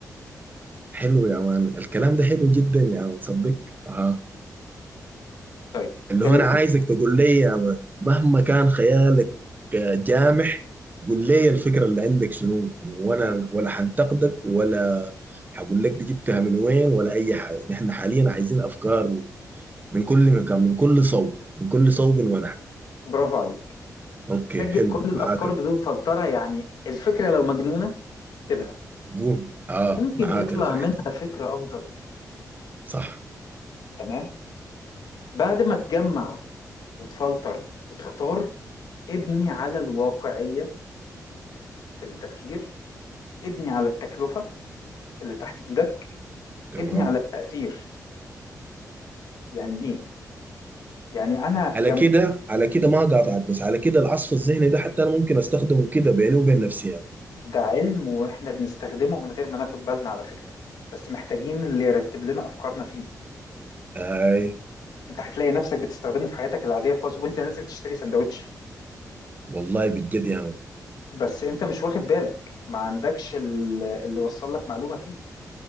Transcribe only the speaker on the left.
طيب
كلمني
برافو عليك
سجل
كل الأفكار
بدون فلترة يعني الفكرة لو مجنونة اكتبها
ممكن
يطلع
منها
فكرة أفضل
تمام بعد ما تجمع وتفلتر وتختار ابني على الواقعية في التفكير ابني على التكلفة اللي تحت إيدك
ابني على التأثير يعني إيه؟ يعني أنا
جم...
ده علم وإحنا بنستخدمه من غير ما ناخد بالنا على فكرة بس محتاجين اللي يرتب لنا أفكارنا فيه
أنت هتلاقي نفسك بتستخدمه في حياتك العادية خالص وأنت نازل تشتري سندوتش
بس أنت مش واخد بالك ما عندكش ال- اللي وصل لك معلومة فيه